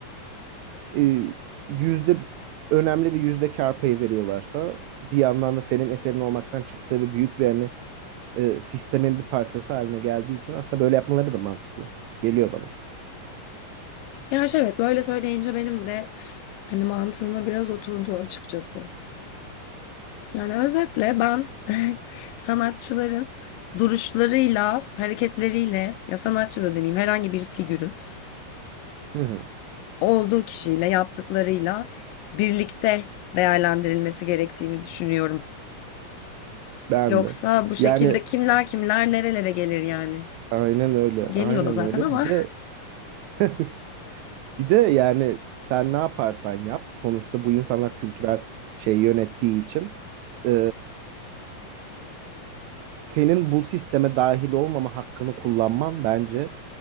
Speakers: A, on the right; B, on the left.
A: e, yüzde önemli bir yüzde kar payı veriyorlarsa bir yandan da senin eserin olmaktan çıktığı ve büyük bir hani e, sistemin bir parçası haline geldiği için aslında böyle yapmaları da mantıklı. Geliyor bana.
B: Gerçi evet böyle söyleyince benim de hani mantığıma biraz oturdu açıkçası. Yani özetle ben <laughs> sanatçıların duruşlarıyla, hareketleriyle ya sanatçı da demeyeyim herhangi bir figürün
A: Hı hı.
B: olduğu kişiyle yaptıklarıyla birlikte değerlendirilmesi gerektiğini düşünüyorum.
A: Ben
B: Yoksa
A: de.
B: bu şekilde
A: Yani
B: kimler kimler nerelere gelir yani?
A: aynen öyle.
B: Geliyor
A: Aynen
B: da zaten
A: öyle.
B: ama
A: Bir de <laughs> bir de yani sen ne yaparsan yap sonuçta bu insanlar kültürel şey yönettiği için e, senin bu sisteme dahil olmama hakkını kullanman bence